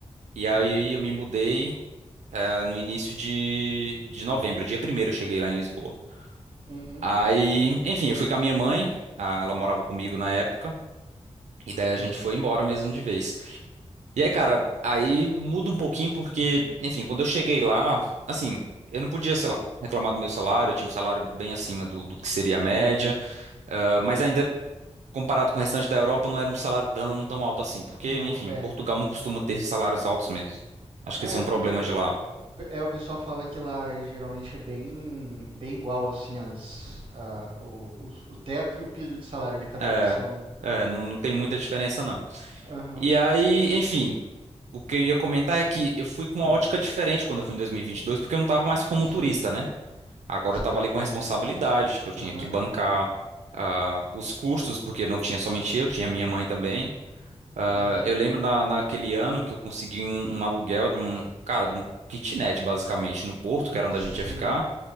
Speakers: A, on the right; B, on the right.
A: e aí
B: Sim.
A: eu me mudei eh, no início de, de novembro, dia primeiro eu cheguei lá em Lisboa.
B: Uhum.
A: Aí, enfim, eu fui com a minha mãe, ah, ela morava comigo na época, e daí a gente
B: Ah,
A: foi embora mesmo de vez. E aí, cara, aí muda um pouquinho porque, enfim, quando eu cheguei lá, assim, eu não podia, sei lá, reclamar do meu salário, eu tinha um salário bem acima do, do que seria a média,
B: entendi.
A: ah, mas ainda comparado com o restante da Europa não era um salário tão, tão alto assim, porque,
B: Então,
A: enfim,
B: é.
A: Portugal não costuma ter salários altos mesmo. Acho
B: É,
A: que esse é um problema
B: ge-
A: de lá.
B: pe- é, o pessoal fala que lá é, geralmente é bem, bem igual, assim, as, a, o, os- o teto e o piso de salário de cada
A: É,
B: profissão, né?
A: é, não, não tem muita diferença não.
B: Aham.
A: E aí, enfim, o que eu ia comentar é que eu fui com uma
B: Hum,
A: ótica diferente quando eu fui em 2022, porque eu não tava mais como turista,
B: sim.
A: né? Agora
B: Você
A: eu tava
B: tava
A: ali
B: como.
A: com responsabilidade, tipo, eu
B: Aham.
A: tinha que bancar ah, os custos, porque não tinha somente eu, tinha
B: Sim.
A: minha mãe também. Ah,
B: Aham.
A: eu lembro na, naquele ano que eu consegui um, um aluguel de um, cara, de um kitnet, basicamente, no Porto, que era onde
B: Sim.
A: a gente ia ficar,